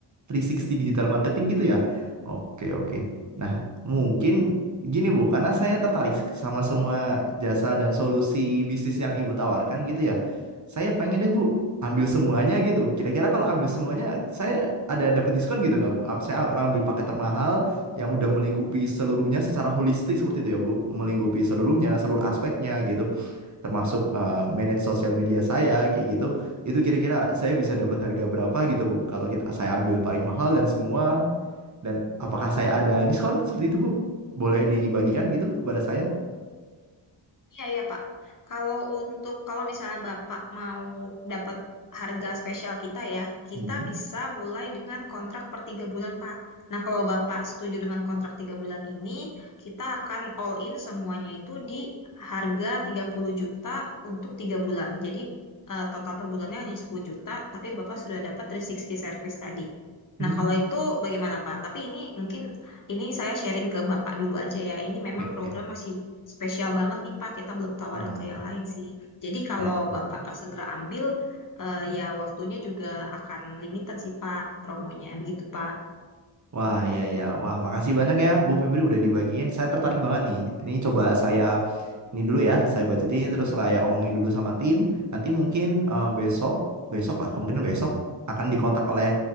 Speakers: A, on the right; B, on the left.
A: 360 digital marketing gitu ya. Oke, oke. Nah, mungkin gini Bu, karena saya tertarik sama semua jasa dan solusi bisnis yang Ibu tawarkan gitu ya. Saya pengen deh Bu ambil semuanya gitu. Kira-kira kalau ambil semuanya, saya ada dapat diskon gitu nggak Bu? A- Saya a- ambil paket termahal yang udah melingkupi seluruhnya secara holistik seperti itu ya Bu, melingkupi seluruhnya, seluruh aspeknya gitu, termasuk eh, manage sosial media saya kayak gitu. Itu kira-kira saya bisa dapat harga berapa gitu Bu? Kalau kita saya ambil paling mahal dan semua dan apakah saya ada diskon seperti itu Bu? Boleh dibagikan gitu kepada saya?
B: Iya, iya, Pak. Kalau untuk kalau misalnya Bapak mau dapat harga spesial kita ya, kita
A: Mhm.
B: bisa mulai dengan kontrak per tiga bulan, Pak. Nah, kalau Bapak setuju dengan kontrak tiga bulan ini, kita akan all in semuanya itu di harga 30 juta untuk tiga bulan. Jadi eh, total per bulannya hanya 10 juta, tapi Bapak sudah dapat three sixty service tadi.
A: Hmm,
B: Nah, kalau itu bagaimana, Pak? Tapi ini mungkin ini saya sharing ke Bapak dulu aja ya. Ini memang
A: Oke, oke.
B: program masih Spesial banget nih Pak, kita belum tawarin
A: Wah,
B: ke yang lain sih. Jadi kalau
A: ya.
B: Bapak nggak segera ambil, eh, ya waktunya juga akan limited sih Pak, promonya begitu Pak.
A: Wah, ya, ya. Wah, makasih banyak ya, Bu Febri udah dibagiin. Saya tertarik banget nih. Ini coba saya ini dulu ya, saya budgetin terus saya omongin dulu sama tim. Nanti mungkin eh, besok, besok lah, kemungkinan besok akan dikontak oleh